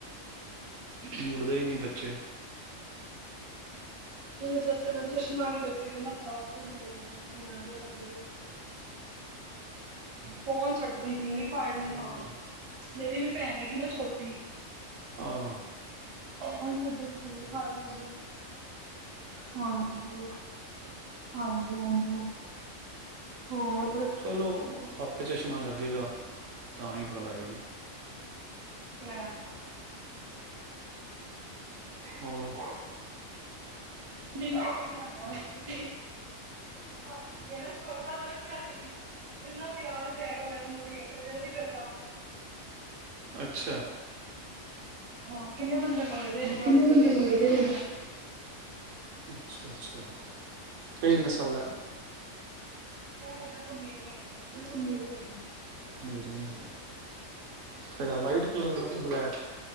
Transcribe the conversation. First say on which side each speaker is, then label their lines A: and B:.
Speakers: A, on the right (about 70°); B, on the right (about 55°).
A: ਮੁੜਦੇ ਹੀ ਨਹੀਂ ਬੱਚੇ
B: ਜ ਤ ਚਸ਼ਮਾ ਨੀ ਲੱਗੇ ਕ ਤਾਂਤੜ ਮੁੜਨਗੇ ਸਾਡੇ ਵੀ ਫੋਨ ਛੱਡ ਦੇਣ ਕਿਵੇਂ ਫੜ ਲ ਹ ਮੇਰੀ ਵੀ ਭੈਣ ਹੈਗੀ ਨਾ ਛੋਟੀ
A: ਹਾਂ
B: ਹਣ ਸਧ ਜ ਕੀਤੀ ਫਣ ਲ ਗੀ ਹਾਂਜੀ ਹਾਂਜੀ ਹਾਂਜੀ ਹੋਰ
A: ਚਲੋ ਆਪੇ ਚਸ਼ਮਾਂ ਲੱਗੇਗਾ ਤਾਂ ਹੀ ਗੱਲ ਆਏਗੀ
B: ਹ
A: ਹਮ
B: ਡਿਨਰ ਕੀ ਬਣਾਣਾ ਤੁਸੀਂ ਹਾਂਜੀ ਛੋਟਾ ਤਾਂ ਰੱਖਿਆ ਸੀ ਇੰਨਾ ਪਿਆਰ ਪੈ ਗਿਆ ਉਹ ਗੱਲ ਨੀ ਕਰਦਾ
A: ਅੱਛਾ
B: ਹਾਂ ਕਿੰਨੇ ਬੰਦੇ ਮੰਗਦੇਨ ਬਸਪੇਟ
A: ਕਿੰਨੇ ਬੰਦੇ
B: ਦੇਿੰਦੇ
A: ਮੰਗਦੇ
B: ਨੀ ਆਪ
A: ਅੱਛਾ ਅੱਛਾ ਕਿਹੜੀ ਨਸਲ ਦਾ
B: ਇਹ ਕਮੇਰੀਆਂ
A: ਅਮੀਰੀ ਨਾਲ ਕਿਹੜਾ ਵਾਈਟ ਕਲਰ ਦਾ ਬਲੈਕ